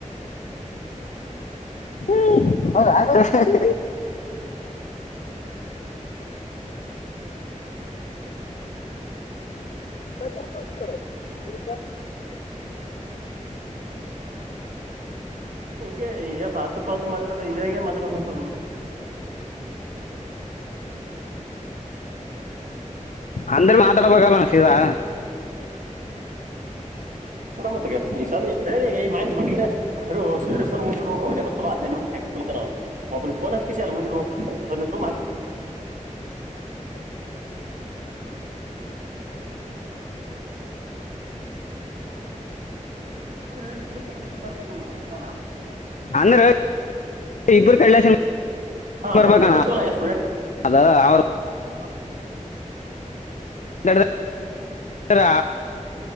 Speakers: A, on the left; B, on the right.
A: ಹ್ಮ್ ಹ ಸಪ್ಪ ಅಪ
B: ಯ ಎಂಗ ಪು ಕಲ್ ಮಾತಾೋ ಇದೇ ಮಾತಾಡಂತ
A: ಅಂದರು ಮಾತಾಡಬಗಣ ಸೀದಾ
B: ಕೊಡ ಮತ್ತಗ ಈ ಸ ನೀ ಹೇಳಿಗ ಈ ಮಾಹಿತಿ ಮಾಡಿರಿಷ್ಟ ಅ ಸೇರ್ರ್ ಮುಂದ ಕುತ ಒಮಿನಿ ಫೋನ್ ಹಚ್ಚ ಹ ಕ ಮುಂದು ಆದ್ರೆ ಈ ಕೂಡ ಬರ್ಬೇಕ ಅಲ್ಲ
A: ಅಂದ್ರ ಇಬ್ರು ಕಡ್ಲೇಸಿನ
B: ಅವ್ರ
A: ಬರ್ಬೇಕಣ್ಣ
B: ಹಾಂಣಕಿರ್ತೋ ಎಷ್ಟ
A: ಅದ ಅವರ
B: ಹ
A: ಎಡ ಹರ